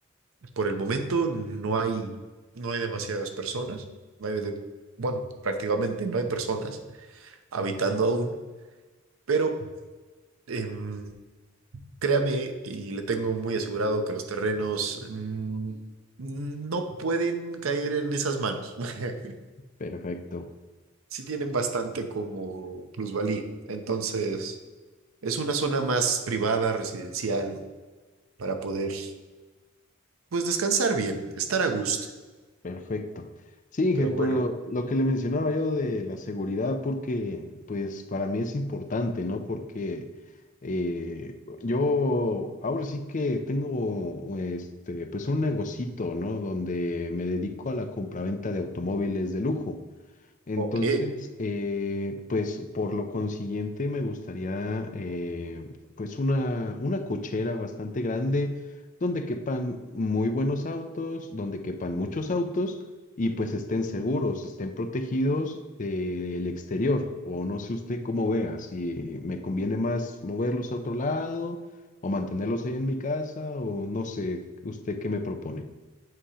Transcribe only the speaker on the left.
perfecto.
Perfecto. Sí, Inge,
pero
lo que le mencionaba yo de la seguridad, porque pues para mí es importante, ¿no? Porque eh, yo ahora sí que tengo este, pues un negocito, ¿no? Donde me dedico a la compraventa de automóviles de lujo. Entonces,
eh, pues por lo consiguiente me gustaría eh, pues una, una cochera bastante grande donde quepan muy buenos autos, donde quepan muchos autos y pues estén seguros, estén protegidos del exterior. O no sé usted cómo vea, si me conviene más moverlos a otro lado o mantenerlos ahí en mi casa o no sé, usted qué me propone.